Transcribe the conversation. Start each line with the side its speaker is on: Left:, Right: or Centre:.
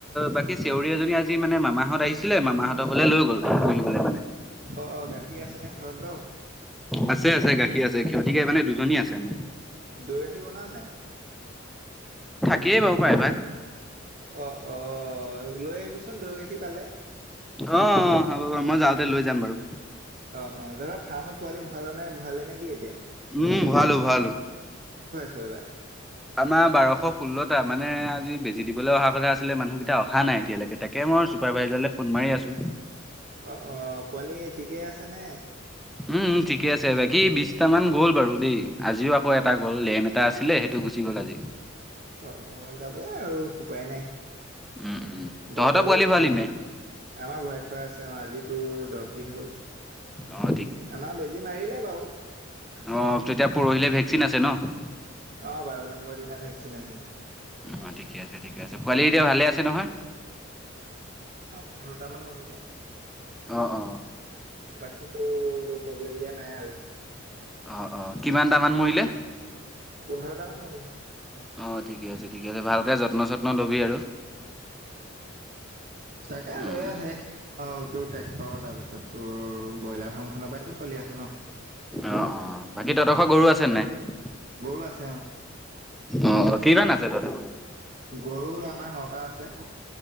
Centre: বাকী চেউৰি এজনী আজি মানে মামাহঁত আহিছিলে। মামাহ তাহাঁত ঘৰলৈ লৈ গ'ল। মানে
Right: অ' অ' গাখীৰ আছেনে ঘৰত বাও
Centre: আছে, আছে গাখীৰ আছে। সিয়তি গাই মানে দুজনী আছে মোৰ।
Right: দৈ গাখীৰ বনাও নে নাই।
Centre: কি বাবু পাই ভাত।
Right: অ, অ'। লৈ আহিবিচোন দৈ গাখীৰ পালে
Centre: অ, অ, হ'ব বাৰু মই যাওঁতে লৈ যাম বাৰু।
Right: অ, অ' দাদা ফাৰ্মত পোৱালি ভঁৰালে নে কি এতিয়া।
Centre: উম ভৰালো, ভৰালো।
Right: থৈবা।
Centre: আমাৰ বাৰশ ষোল্লটা মানে আজি বেজী দিবলে অহাৰ কথা আছিল, মানুহকেইটা অহা নাই এতিয়ালৈকে তাকে। চুপাৰ ভাইজাৰলে ফোন মাৰি আছো।
Right: অ' অ' পোৱালি ঠিকেই আছেনে।
Centre: উম ঠিকে আছে বাকী বিশটামান গ'ল বাৰু দেই আজিও আকৌ এটা গ'ল লেম এটা আছিলে সেইটো গুচি গ'ল আজি।
Right: অ' অ' যাবই আৰু উপায় নাই।
Centre: উম উম তহঁতৰ
Right: বতৰো
Centre: পোৱালি
Right: এয়া
Centre: ভৰালি
Right: আহে
Centre: নাই
Right: আমাৰ ভৰাই থোৱা আছে অ' আজিতো দহ দিন হ'ল
Centre: অঁ
Right: আমাৰ বেজি মাৰিলে বাও
Centre: অ, তেতিয়া পৰহিলে ভেকচিন আছে ন'।
Right: অ বাৰু নম্বৰ দিনা ভেকচিন আছে।
Centre: অ' ঠিকে আছে ঠিকে আছে পোৱালি এতিয়া ভালে আছে নহয়।
Right: পোন্ধৰটামান মৰিলে।
Centre: অ' অ'।
Right: বাকীতো প্ৰব্লেম দিয়া নাই আৰু।
Centre: অ' অ কিমান দামান মৰিলে।
Right: পোন্ধৰটা মান মৰিলে
Centre: অ ঠিকে আছে ঠিকে আছে ভালকে যত্ন চত্ন লবি আৰু
Right: তাকে
Centre: উম
Right: লৈ আহে তোৰ ট্ৰেক্টৰৰ তাৰপিছত তোৰ ব্ৰইলাৰ ফাৰ্ম খনৰ পৰাতো চলি আছো ন'।
Centre: অঁ অঁ বাকী তহতৰ ঘৰত গৰু আছে নে নাই
Right: গৰু আছে অ'।
Centre: অঁ অঁ কিমান আছে তহঁতৰ ঘৰত
Right: গৰুৰ আমাৰ নটা আছে।